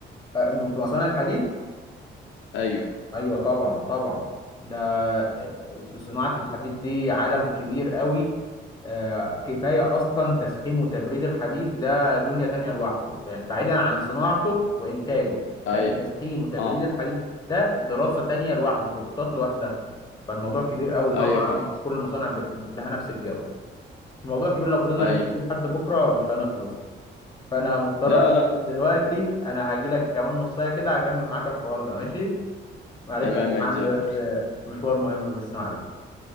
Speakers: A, on the left; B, on the left.
A: في مصانع الحديد
B: ايوه
A: ايوه طبعا طبعا ده آه، صناعة الحديد دي عالم كبير قوي آه، كفاية اصلا تسخين وتبريد الحديد ده دنيا تانية لوحده ب- بعيدا عن صناعته وانتاجه
B: ايوه
A: ت- تسخين وتبريد
B: اه
A: الحديد ده دراسة تانية لوحده كورسات لوحدها فالموضوع كبير قوي طبعا
B: ايوه فاهم
A: مش كل المصانع ب- لها نفس الجودة الموضوع كبير لو فضلنا
B: ايوه
A: نحكي فيه لحد بكرة مش هنخلص فانا مضطر
B: لا
A: استأذن
B: لا
A: دلوقتي انا هاجي لك كمان نص ساعة كده هكمل معاك الحوار ده ماشي معلش
B: تمام
A: عشان
B: ماشي
A: عندي
B: زي الفل
A: بس مشوار مهم بس معلش